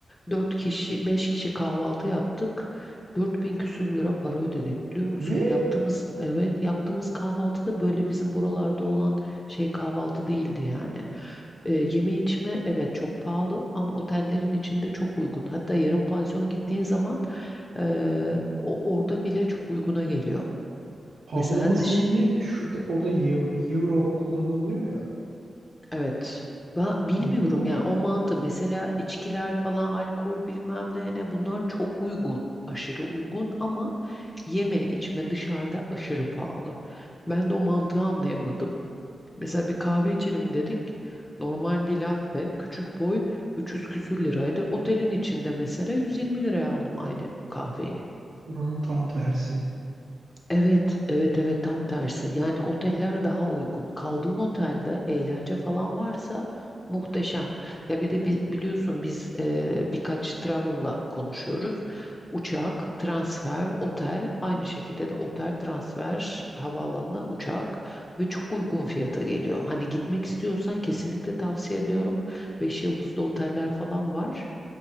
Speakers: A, on the left; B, on the right.
A: Dört kişi, beş kişi kahvaltı yaptık. 4000 küsur lira para ödedik biliyor musun?
B: Ne?
A: Yaptığımız, evet yaptığımız kahvaltı da böyle bizim buralarda olan şey kahvaltı değildi yani. Ee, yeme içme evet çok pahalı ama otellerin içinde çok uygun. Hatta yarım pansiyon gittiğin zaman ee, o- orada bile çok uyguna geliyor.
B: Pahalı
A: Mesela
B: olması
A: dış
B: nedeni şurada orada euro, euro kullanılıyor ya.
A: Evet. Ben bilmiyorum
B: Nedeni o mu?
A: yani o mantı mesela içkiler falan alkol bilmem ne ne bunlar çok uygun. Aşırı uygun ama yeme içme dışarıda aşırı pahalı. Ben de o mantığı anlayamadım. Mesela bir kahve içelim dedik. Normal bir latte küçük boy 300 küsür liraydı. Otelin içinde mesela 120 liraya aldım aynı kahveyi.
B: Buranın tam tersi.
A: Evet, evet, evet tam tersi. Yani oteller daha uygun. Kaldığın otelde eğlence falan varsa muhteşem. Ya bir de bi- biliyorsun biz e, birkaç travel'la konuşuyoruz. Uçak, transfer, otel, aynı şekilde de otel, transfer, havaalanına uçak ve çok uygun fiyata geliyor. Hani gitmek istiyorsan kesinlikle tavsiye ediyorum. Beş yıldızlı oteller falan var.